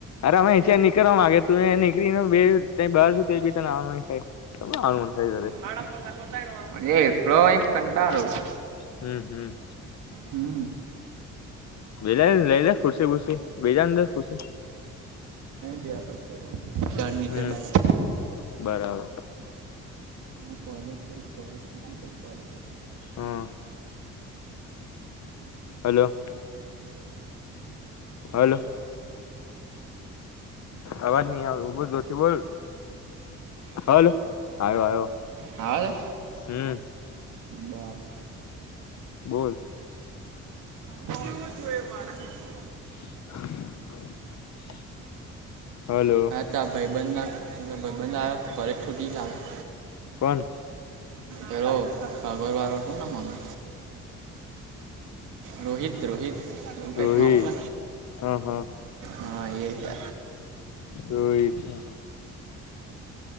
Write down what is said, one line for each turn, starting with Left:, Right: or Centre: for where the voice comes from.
Left: અરે અમે અહીંથી નીકર માગે તું નીકળી ને બે બહાર છું તે બી તને આવવાનું નહીં. ચમ આમ મોડસાઈ કરે.
Right: <inaudible> <inaudible> એકલો હોય ને કંટાળો છે.
Left: હમ, હમ.
Right: હમ.
Left: વેલા લઈ લ ખુરસી ફુરસી બેેજાને દ ખુશી.
Right: બે વાર નીચે.
Left: હમ બરાબર.
Right: હ, કોલેજ ક કોલે ક કોલે. <unintelligible>
Left: હા. હલો. હલો. અવાજ નઈ આવે, ઉ બો જોથી, બોલ, હાલ આવ્યો આવ્યો.
Right: અવાજ.
Left: હમ.
Right: બા <unintelligible>
Left: બોલ.
Right: એવ શું એ માાર <unintelligible>
Left: <unintelligible> હલો.
Right: ત ભાઈબંધના ભાઈબંધ આવ્યો, પરક ફૂટી લાગ્યા.
Left: કોણ
Right: હેરો ભાગરવા શું ના માનો. રોહિત રોહિત કટ
Left: રોહિત
Right: નામ છે.
Left: હા હા
Right: હા, એ છે.
Left: રેહ છે.